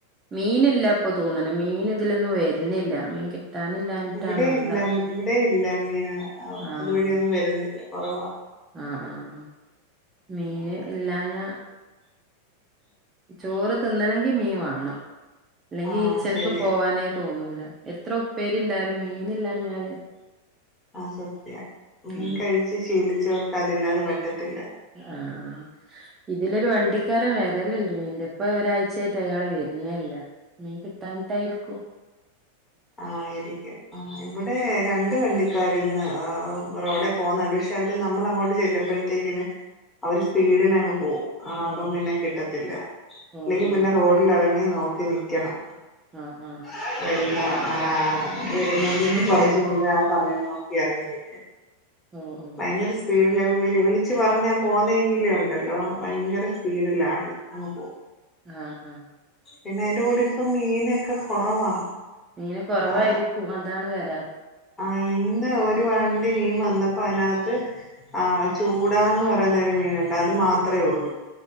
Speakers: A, on the right; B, on the left.
A: മീനില്ലാപ്പൊ തോന്നണ മീൻ ഇതിലൊന്നും വരുന്നില്ല മീൻ കിട്ടാനില്ലാഞ്ഞിട്ടാണോ
B: ഇവിടെ
A: എന്താ
B: ഇല്ല ഇവിടെ ഇല്ല മീൻ
A: ആഹ്
B: ഇതുവഴിയൊന്നും വരുന്നില്ല കുറവാ
A: ആഹ് ആഹ് മീന് ഇല്ലാഞ്ഞാ ചോറ് തിന്നണങ്കി മീൻ വേണം അല്ലെങ്കിൽ
B: ആഹ്
A: ഇച്ചണക്ക്
B: ശരിയ
A: പോവാനായി തോന്നൂല എത്ര ഉപ്പേരി ഇണ്ടായാലും മീനീല്ലഞ്ഞാല്
B: ആഹ് സത്യ മീൻ
A: ആഹ്
B: കഴിച്ച് ശീലിച്ചവർക്ക് അതില്ലാതെ പറ്റത്തില്ല
A: ആഹ് ആഹ് ഇതിലൊരു വണ്ടിക്കാരൻ വേരലുണ്ട് മീന്റെ ഇപ്പ ഒരാഴ്ചയായിട്ട് അയാൾ വരുന്നല്ല മീൻ കിട്ടാനട്ടായിരിക്കും
B: ആയിരിക്കും ആ ഇവിടെ രണ്ട വണ്ടിക്കാർ ഇന്ന് ആ റോഡ പോകുന്നുണ്ട് പക്ഷെ അവര് നമ്മൾ അങ്ങോട്ട് ചെല്ലുമ്പോഴത്തേക്കിന് അവര് സ്പീഡന്ങ്ങ് പോകവും. ആ അപ്പം
A: ഓ
B: പിന്നെ കിട്ടത്തില്ല
A: ഓ
B: അല്ലെങ്കി
A: ഓ
B: പിന്നെ റോഡിൽിറങ്ങി നോക്കി നിക്കണം.
A: അ ആഹ്
B: <unintelligible> വരുന്നതിന് കുറച്ച് കൊണ്ട് ആ സമയം നോക്കി ഇറങ്ങി നൽക്കാം.
A: ഉംഉം
B: ഭയങ്കര സ്പീഡില് വിളിച്ച് പറഞ്ഞ പോുന്നെങ്കില ഉണ്ടല്ലോ ഭയങ്കര സ്പീഡില്ല അടി ആ പോും.
A: ആ അ
B: പിന്നെ അതിന്റെ കൂടി ഇപ്പ മീനൊക്കെ കുറവാ
A: ഇങ്ങനെ കുറവായിരിക്കും
B: ആ
A: അതാണ് വരാ
B: ആ ഇന്ന് ഒരു വണ്ടി മീൻ വന്നപ്പോ അതിനകത്ത് ആ ചൂടാന്ന് പറയുന്നരു മീനുണ്ട് അത് മാത്രമേ ഉള്ളൂ